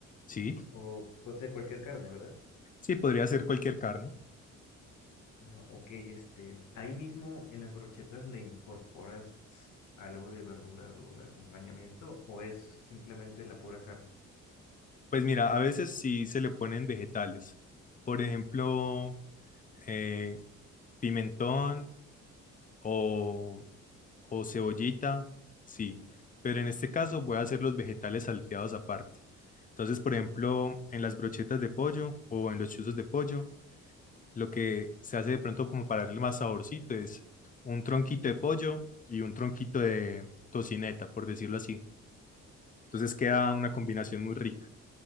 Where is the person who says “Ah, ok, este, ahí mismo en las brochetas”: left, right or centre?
Left